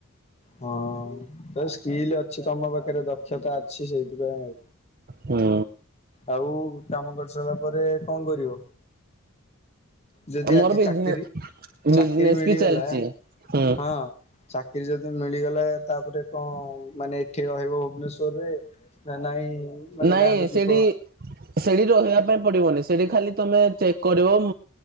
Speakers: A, on the left; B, on the right.
A: ହଁ ତ ସ୍କିଲ ଅଛି ତମ ପାଖରେ ଦ ଦକ୍ଷତା ଅଛି ସେଇଥିପାଇଁ ଆଉ,
B: ହୁଁ
A: ଆଉ କାମ କରି ସାରିଲା ପରେ କଣ କରିବ? ଯଦି
B: ମୋର
A: ଆଜି
B: ବିଜନେସ
A: ଚାକିରି, ଚାକିରି
B: ବିଜନେସ
A: ମିଳିଗଲା
B: ବି ଚାଲିଛି ହୁଁ।
A: ହଁ ଚାକି ରି ମିଳିଗଲା ତାପରେ କଣ ମାନେ ଏଠି ରହିବ ଭୁବନେଶ୍ୱରରେ ନା ନାଇଁ? ମାନେ
B: ନାଇଁ
A: ଗାଁକୁ
B: ସେଇଠି
A: ଯିବ।
B: ସେଇଠି ରହିବା ପାଇଁ ପଡିବନି। ସେଠି ଖାଲି ତମେ ଚେକ୍ କରିବ,